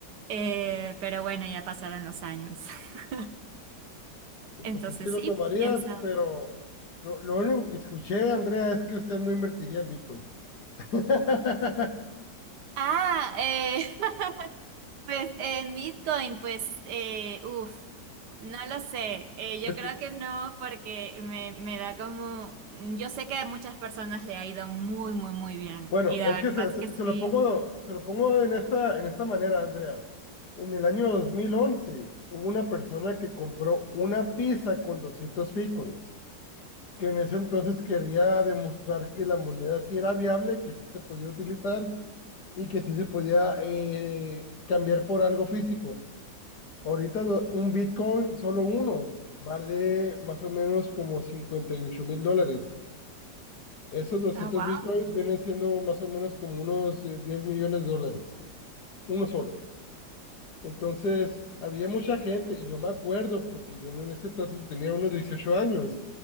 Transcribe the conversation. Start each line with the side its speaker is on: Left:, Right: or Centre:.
Right: eh, pero bueno, ya pasaron los años. <laughs>
Left: Entonces
Right: Entonces
Left: sí lo
Right: sí,
Left: tomarías,
Right: quién sabe.
Left: pero lo, lo único que escuché, Andrea, es que usted no invertiría en Bitcoin. <laughs>
Right: Ah, eh, <laughs> Pues en Bitcoin, pues, eh, uff, no lo sé. Eh, yo
Left: Es
Right: creo
Left: que,
Right: que no, porque me, me da como. mm, Yo sé que a muchas personas le ha ido muy, muy, muy bien.
Left: Bueno,
Right: Y la
Left: es
Right: verdad
Left: que se,
Right: es
Left: se-
Right: que
Left: se lo
Right: sí.
Left: pongo, se lo pongo en esta, en esta manera, Andrea. En el año 2011 hubo una persona que compró una pizza con 200 bitcoins, que en ese entonces quería demostrar que la moneda sí era viable, que sí se podía utilizar y que sí se podía eh, cambiar por algo físico. Ahorita do- un bitcoin, solo uno, vale más o menos como cincuenta y ocho mil dólares. Esos doscientos
Right: Ah, wow.
Left: bitcoins vienen siendo más o menos como unos eh, 10 millones de dólares, uno solo. Entonces, había mucha gente, y yo me acuerdo, porque yo en ese entonces tenía unos 18 años,